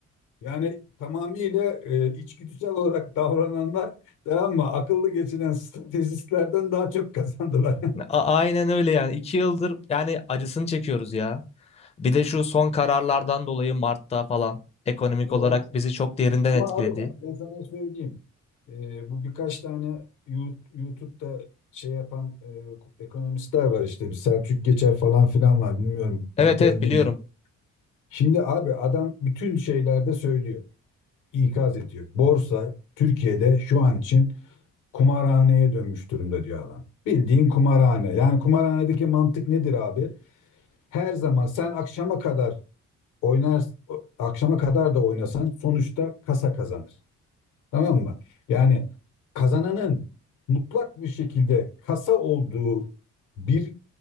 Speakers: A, on the left; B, on the left.
A: yani tamamıyla e, içgüdüsel olarak davrananlar tamam mı? Akıllı geçinen stratejistlerden daha çok kazandılar.
B: A- aynen öyle yani. İki yıldır yani acısını çekiyoruz ya. Bir de şu son kararlardan dolayı Mart'ta falan ekonomik
A: <laughs>
B: olarak bizi çok derinden
A: Ama
B: etkiledi.
A: abi bak ben sana söyleyeyim. Ee, bu birkaç tane Yu- YouTube'da şey yapan e, ekonomistler var işte. Bir Selçuk Geçer falan filan var. Bilmiyorum
B: Evet
A: denk geldin
B: evet biliyorum.
A: mi? Şimdi abi adam bütün şeylerde söylüyor. ikaz ediyor. Borsa Türkiye'de şu an için kumarhaneye dönmüş durumda diyor adam. Bildiğin kumarhane. Yani kumarhanedeki mantık nedir abi? Her zaman sen akşama kadar oynar, akşama kadar da oynasan sonuçta kasa kazanır. Tamam mı? Yani kazananın mutlak bir şekilde kasa olduğu bir